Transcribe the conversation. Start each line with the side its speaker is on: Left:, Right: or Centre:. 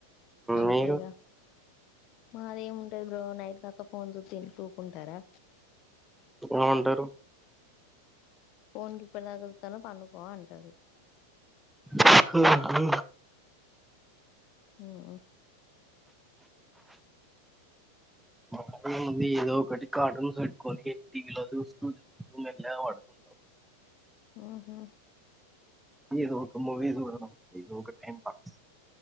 Left: అంతేగా
Centre: మీరు
Left: మాదేముంటది బ్రో నైట్ దాకా ఫోన్ చూత్తే ఇంట్లూకుంటారా,
Centre: వా అంటరు.
Left: ఫోన్ గిప్పుడిదాకా చూత్తాన్నవ్ పండుకో అంటారు,
Centre: హ్ హో
Left: ఉమ్
Centre: మా మోగోళ్ళదేముంది ఏదో ఒకటి కార్టూన్స్ పెట్టుకొని టీవీలో చూస్తూ చూస్తూ మెల్లగా పడుకోం
Left: ఉహు
Centre: ఏదో ఒక మూవీ చూడడం, ఇదొక టైం పాస్,